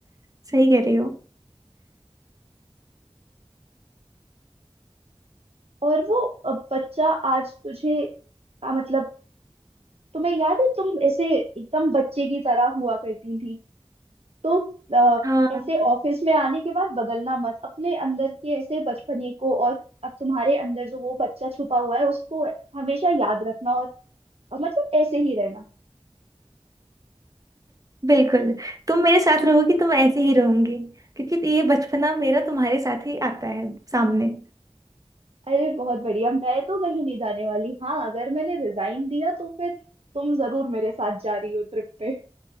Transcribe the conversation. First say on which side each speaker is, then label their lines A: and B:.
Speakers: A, on the right; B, on the right.
A: सही कह रही हो
B: और वो अ, बच्चा आज तुझे आ, मतलब तुम्हें याद है तुम ऐसे एकदम बच्चे की तरह हुआ करती थी तो अ,
A: हाँ
B: ऐसे ऑफिस में आने के बाद बदलना मत अपने अंदर के ऐसे बचपने को और अब तुम्हारे अंदर जो वो बच्चा छुपा हुआ है उसको हमेशा याद रखना और अ, मतलब ऐसे ही रहना
A: बिल्कुल तुम मेरे साथ रहोगी तो मैं ऐसे ही रहूंगी क्योंकि ये बचपना मेरा तुम्हारे साथ ही आता है सामने
B: अरे बहुत बढ़िया मैं तो कहीं नहीं जाने वाली हाँ अगर मैंने रिजाइन दिया तो फिर तुम जरूर मेरे साथ जा रही हो ट्रिप पे